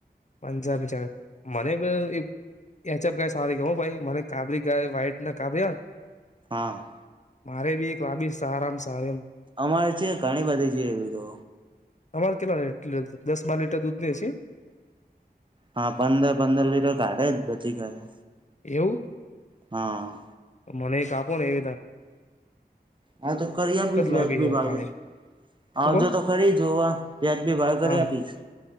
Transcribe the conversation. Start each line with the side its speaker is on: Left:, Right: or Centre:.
Left: પંજાબી <unintelligible> <unintelligible> હુ ભાઈ, મને કાબરી ગાય વાઈટ ને કાબરી હોયન
Right: હા.
Left: મારે બી એક <unintelligible> સારામ સારી એમ.
Right: અમારે છે, ઘણી બધી છે એવી તો.
Left: તમારે કેટલા <unintelligible> દસ બાર લીટર દૂધ દે છે?
Right: હા પંદર-પંદર લીટર કાઢે જ બધી ગાય.
Left: એવું?
Right: હા.
Left: તો મનેઈ એક આપોને <unintelligible>
Right: હા તો કરી આપીશ વ્યાજબી
Left: લાવી હે
Right: ભાવે.
Left: કાલે
Right: આવજો
Left: શું કઉ
Right: તો ખરી જોવા. વ્યાજબી ભાવે
Left: હા
Right: કરી આપીશ.